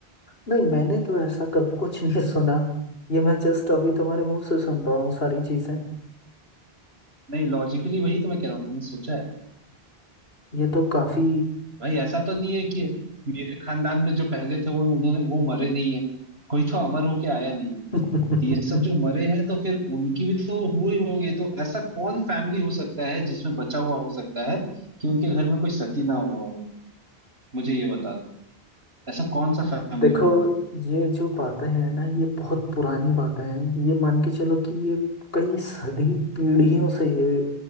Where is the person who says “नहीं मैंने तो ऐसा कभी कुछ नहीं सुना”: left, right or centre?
Left